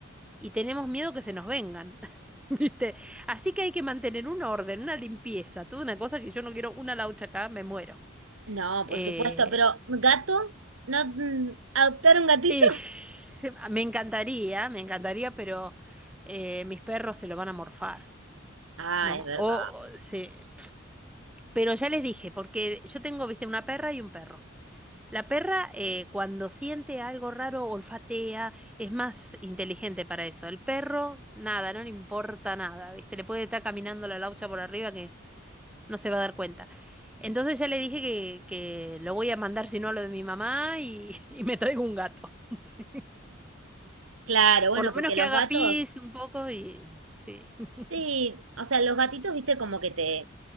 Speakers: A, in the centre; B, on the right (about 80°).
A: y tenemos miedo que se nos vengan. <laughs> ¿Viste? Así que hay que mantener un orden, una limpieza, toda una cosa que yo no quiero, una laucha acá, me muero.
B: No, por
A: Eh,
B: supuesto, pero gato, ¿no mm, adoptar un gatito?
A: Y <laughs> me encantaría, me encantaría, pero eh, mis perros se lo van a morfar,
B: Ah,
A: ¿no?
B: es verdad.
A: O, o se- Pero ya les dije, porque yo tengo, viste, una perra y un perro. La perra, eh, cuando siente algo raro, olfatea, es más inteligente para eso. El perro, nada, no le importa nada, viste, le puede estar caminando la laucha por arriba que no se va a dar cuenta. Entonces ya le dije que, que lo voy a mandar, si no, a lo de mi mamá y, <laughs> y me traigo un gato. <laughs> Sí.
B: Claro, bueno,
A: Por lo menos
B: porque
A: que
B: los
A: haga
B: gatos,
A: pis un poco y sí, <laughs>
B: sí, o sea, los gatitos, viste, como que te...